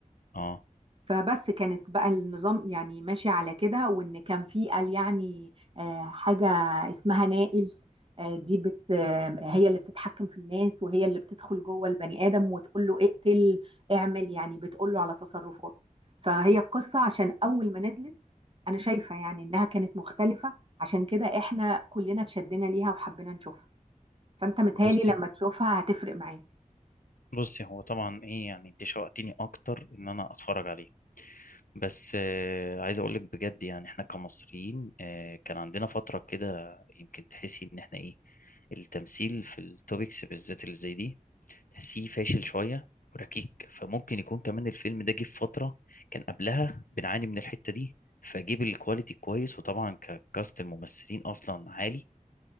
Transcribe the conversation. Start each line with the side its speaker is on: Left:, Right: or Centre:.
Left: اه
Right: فبس كانت بقى النظام يعني ماشي على كده وان كان في قال يعني آه، حاجة اسمها نائل آه، دي بت آه، هي اللي بتتحكم في الناس وهي اللي بتدخل جوه البني آدم وتقول له اقتل اعمل يعني بتقول له على تصرفاته فهي القصة عشان أول ما نزلت أنا شايفة يعني إنها كانت مختلفة عشان كده إحنا كلنا اتشدنا ليها وحبينا نشوفها فانت متهيألي
Left: بصي
Right: لما تشوفها هتفرق معاك
Left: بصي هو طبعا ايه يعني انت شوقتيني اكتر ان انا اتفرج عليه بس آه عايز اقول لك بجد يعني احنا كمصريين آه كان عندنا فتره كده يمكن تحسي ان احنا ايه التمثيل في التوبكس بالذات اللي زي دي تحسيه فاشل شويه وركيك فممكن يكون كمان الفيلم ده جه في فتره كان قبلها بنعاني من الحته دي فجيب الكواليتي كويس وطبعا ككاست الممثلين اصلا عالي